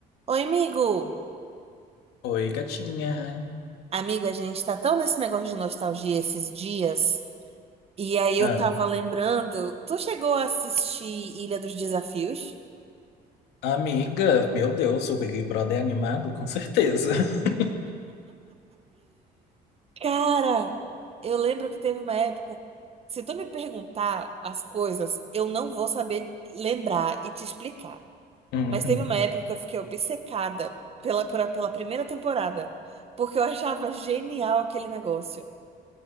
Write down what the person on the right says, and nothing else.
Oi, amigo!
Amigo, a gente tá tão nesse negócio de nostalgia esses dias. E aí eu
tava lembrando, tu chegou a assistir Ilha dos Desafios?
Cara, eu lembro que teve uma época, se tu me perguntar as coisas, eu não vou saber lembrar e te explicar.
Mas teve uma época que eu fiquei obcecada pela, pela, pela primeira temporada, porque eu achava genial aquele negócio.